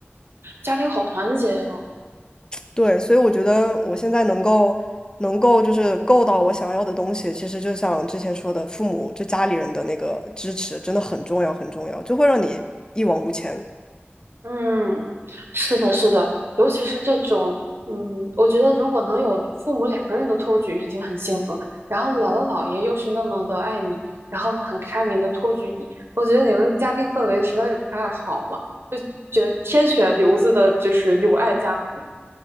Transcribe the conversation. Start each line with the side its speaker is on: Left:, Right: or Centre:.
Right: 家庭好团结呀，
Left: 对，所以我觉得我现在能够能够就是够到我想要的东西，其实就像之前说的，父母就家里人的那个支持真的很重要，很重要，就会让你一往无前。
Right: 嗯，是的，是的，尤其是这种，嗯，我觉得如果能有父母两个人的托举已经很幸福，然后姥姥姥爷又是那么的爱你，然后呢很开明的托举你，我觉得你们的家庭氛围实在是太好了，就觉得天选留子的就是有爱家庭。